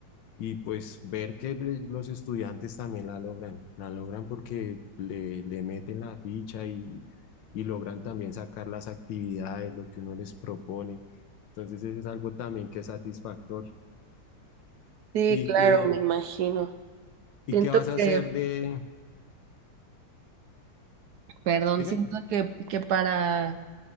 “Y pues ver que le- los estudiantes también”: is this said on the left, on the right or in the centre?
Left